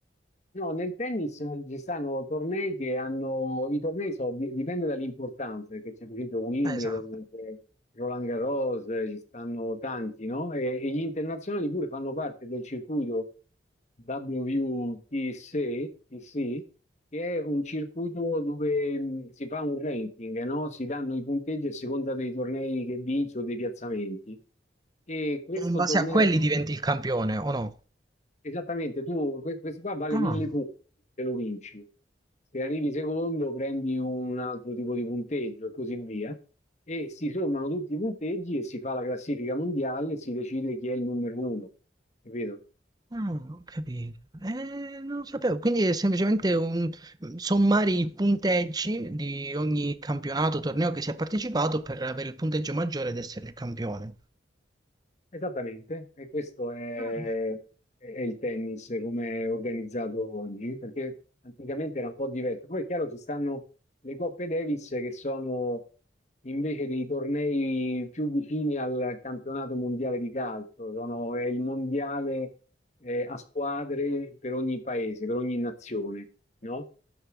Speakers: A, on the left; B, on the right.
A: No, nel tennis ci stanno tornei che hanno, i tornei so, di- dipende dall'importanza, perché c'è per esempio Wimbledon,
B: Eh, Esatto.
A: c'è Roland Garros, eh, ci stanno tanti, no? E, e gli internazionali pure fanno parte del circuito WTC, TC, che è un circuito dove mh, si fa un ranking, no? Si danno i punteggi a seconda dei tornei che vinci o dei piazzamenti. E questo
B: E in base
A: torneo
B: a quelli diventi il campione, o no?
A: Esattamente, tu que- questo qua vale
B: Ah,
A: 1000 punti se lo vinci. Se arrivi secondo prendi un altro tipo di punteggio e così via. E si sommano tutti i punteggi e si fa la classifica mondiale e si decide chi è il numero uno. Capito?
B: Ah, ho capito. Eh, non lo sapevo. Quindi è semplicemente un sommare i punteggi di ogni campionato, torneo che si è partecipato per avere il punteggio maggiore ed essere il campione.
A: Esattamente, e questo è,
B: Ah.
A: è il tennis come è organizzato oggi, perché anticamente era un po' diverso. Poi è chiaro ci stanno le Coppe Davis che sono invece dei tornei più vicini al campionato mondiale di calcio, sono, è il mondiale eh, a squadre per ogni paese, per ogni nazione, no?